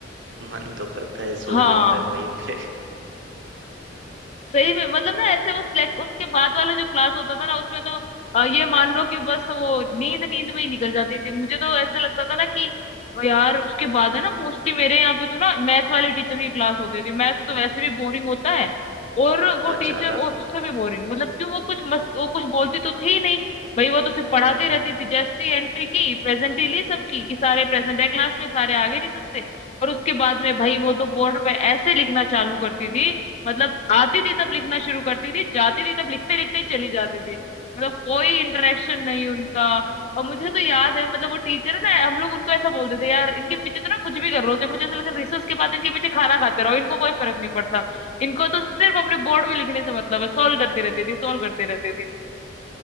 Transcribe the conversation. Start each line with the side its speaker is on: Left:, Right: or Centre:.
Right: मन तो करता है सो
Left: हाँ
Right: जाओ फिर वहीं पे
Left: सही में मतलब ना ऐसे वो select- उसके बाद वाला जो क्लास होता था ना उसमें तो अ, ये मान लो कि बस वो नींद नींद में ही निकल जाती थी मुझे तो ऐसा लगता था ना कि यार उसके बाद है ना मोस्टली मेरे यहाँ पे तो ना मैथ्स वाले टीचर की क्लास होती थी मैथ्स तो वैसे भी बोरिंग होता है और
Right: बहुत
Left: वो टीचर
Right: ज्यादा
Left: और उससे भी बोरिंग मतलब क्यों वो कुछ मस्त वो कुछ बोलती तो थी ही नहीं भाई वो तो सिर्फ पढ़ाती
Right: हम्म
Left: रहती थी जैसी एंट्री की प्रेजेंट ही ली सबकी कि सारे प्रेजेंट है क्लास में सारे आ गए रिसर्च से और उसके बाद में भाई वो तो बोर्ड पे ऐसे लिखना चालू करती थी मतलब आती थी तब लिखना शुरू करती थी जाती थी तब लिखते लिखते ही चली जाती थी मतलब कोई इंटरेक्शन नहीं उनका और मुझे तो याद है मतलब वो टीचर है ना हम लोग उनको ऐसा बोलते थे यार इनके पीछे तो ना कुछ भी कर लो जब मुझे ऐसा लगा रिसर्च के बाद इनके पीछे खाना खाते रहो इनको कोई फर्क नहीं पड़ता इनको तो सिर्फ अपने बोर्ड में लिखने से मतलब है सॉल्व करते रहते थे सॉल्व करते रहते थे